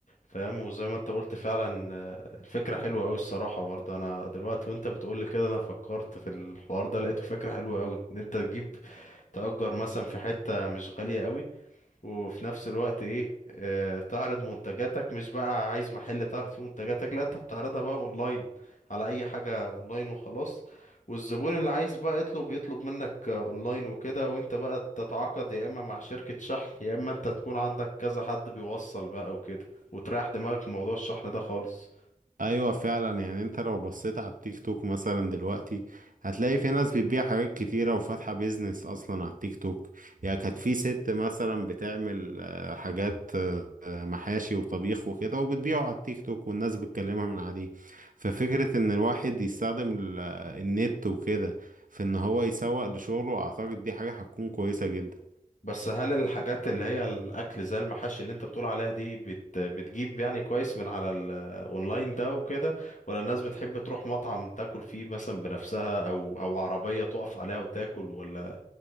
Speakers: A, on the left; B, on the right.
A: فاهم وزي ما انت قلت فعلا آه، الفكرة حلوة قوي الصراحة برضه انا دلوقتي وانت بتقولي كده انا فكرت في الحوار ده لقيته فكرة حلوة قوي ان انت تجيب تأجر مثلا في حتة مش غالية قوي وفي نفس الوقت ايه آه تعرض منتجاتك مش بقى عايز محل تعرض فيه منتجاتك لا انت بتعرضها بقى اونلاين على اي حاجة اونلاين وخلاص والزبون اللي عايز بقى يطلب يطلب منك آه، اونلاين وكده وانت بقى تتعاقد يا اما مع شركة شحن يا اما انت تكون عندك كذا حد بيوصل بقى وكده وتريح دماغك من موضوع الشحن ده خالص
B: ايوه فعلا يعني انت لو بصيت على التيك توك مثلا دلوقتي هتلاقي في ناس بتبيع حاجات كتيرة وفاتحة بيزنس اصلا على التيك توك يعني كانت في ست مثلا بتعمل آه، حاجات آه، آه، محاشي وطبيخ وكده وبتبيعه على التيك توك والناس بتكلمها من عليه ففكرة ان الواحد يستخدم ال- آه، النت وكده في ان هو يسوق لشغله اعتقد دي حاجة هتكون كويسة جدا
A: بس هل الحاجات اللي هي الاكل زي المحاشي اللي انت بتقول عليها دي بت بتجيب يعني كويس من على الاونلاين ده وكده ولا الناس بتحب تروح مطعم تاكل فيه مثلا بنفسها او او عربية تقف عليها وتاكل ولا